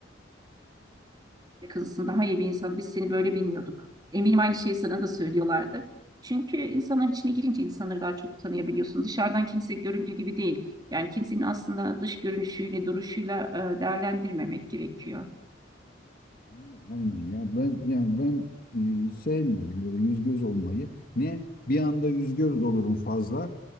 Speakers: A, on the right; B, on the left.
A: yakınsın, daha iyi bir insan. Biz seni böyle bilmiyorduk. Eminim aynı şeyi sana da söylüyorlardır. Çünkü insanların içine girince insanları daha çok tanıyabiliyorsun. Dışarıdan kimse göründüğü gibi değil. Yani kimsenin aslında dış görünüşüyle, duruşuyla e, değerlendirmemek gerekiyor.
B: Aynen aynen ya ben yani ben e, sevmiyorum böyle yüz göz olmayı. Ne bir anda yüz göz olurum fazla